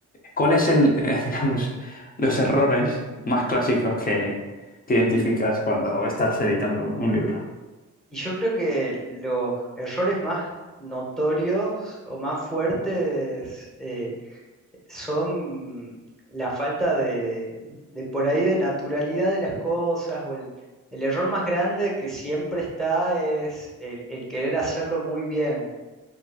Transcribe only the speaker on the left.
¿Cuál es el, eh, <laughs> digamos, los errores más clásicos que, que identificas cuando estás editando un, un libro?